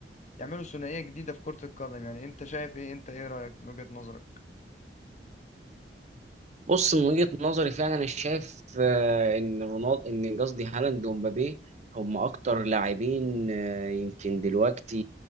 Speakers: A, on the left (about 40°); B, on the right (about 40°).
A: يعملوا ثنائية جديدة في كرة القدم يعني أنت شايف إيه أنت إيه رأيك من وجهة نظرك؟
B: بص من وجهة نظري فعلا انا شايف آه، ان رونالدو ان قصدي هالاند ومبابي هم اكتر لاعبين آه، يمكن دلوقتي